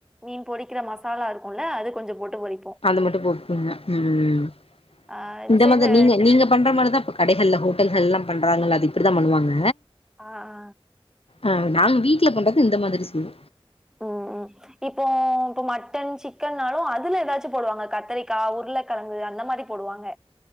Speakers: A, in the centre; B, on the left.
A: மீன் பொறிக்கிற மசாலா இருக்குல்ல அது கொஞ்சோ போட்டு பொறி
B: அது மட்டு போட்பிங்க ம் ம்,.
A: ஆ
B: இந்த
A: சைடு
B: மாதிரி நீங்க நீங்க பண்ற மாரிதா இப்ப கடைகள்ல ஹோட்டல்கள்லா பண்றாங்கல்ல அது இப்டிதா பண்ணுவாங்க
A: ஆ ஆ
B: ஆ நாங்க வீட்ல பண்றது இந்த மாதிரி செய்வோ
A: அ அ இப்போ மட்டன் சிக்கன்னாலு அதுல எதாச்சு போடுவாங்க கத்தரிக்கா உருளக்கெழங்கு அந்த மாரி போடுவாங்க